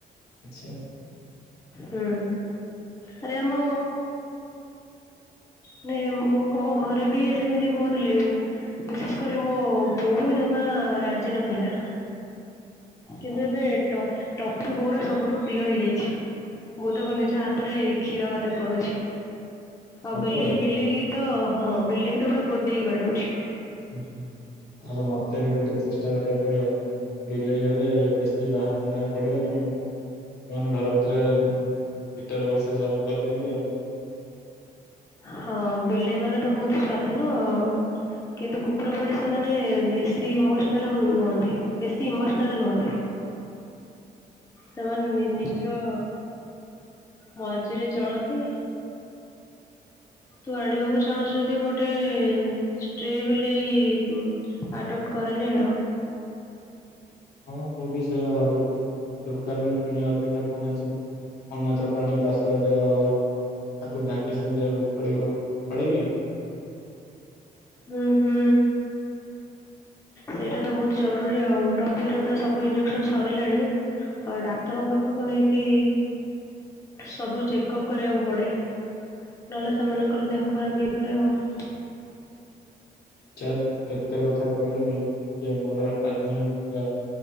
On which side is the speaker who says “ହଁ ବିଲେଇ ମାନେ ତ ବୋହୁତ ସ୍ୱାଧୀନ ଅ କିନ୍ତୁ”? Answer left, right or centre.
Left